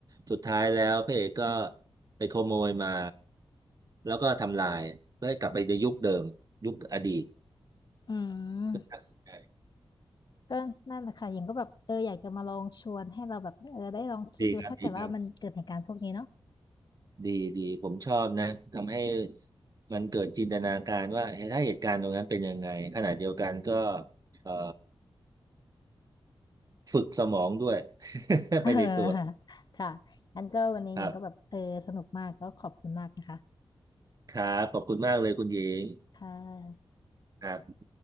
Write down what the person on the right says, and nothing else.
สุดท้ายแล้วพระเอกก็ไปขโมยมาแล้วก็ทำลายเพื่อให้กลับไปในยุคเดิมยุคอดีต
น่าสนใจ
ดีครับดีครับ ดีดีผมชอบนะทำให้มันเกิดจินตนาการว่าเฮ้ยถ้าเหตุการณ์ตรงนั้นเป็นยังไงขณะเดียวกันก็เอ่อฝึกสมองด้วย <laughs>
ไปในตัว
ครับครับขอบคุณมากเลยคุณหญิง
ครับ